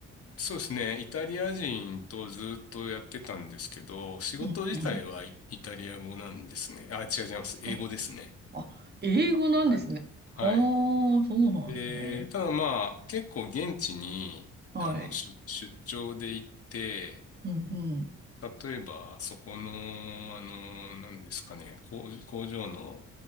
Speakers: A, on the left; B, on the right.
A: そうですね。イタリア人とずっとやってたんですけど、仕事自体はイ、
B: うんうん。
A: イタリア語なんですね。あ、違う違います。
B: あ、
A: 英語ですね。
B: あ、英語なんですね。
A: はい。
B: はあ、
A: はい。
B: そうなんですね。
A: で、ただまあ、結構現地に、
B: はい。
A: あの、出、出張で行って、
B: うん、うん。
A: 例えば、そこの、あの、何ですかね、工、工場の、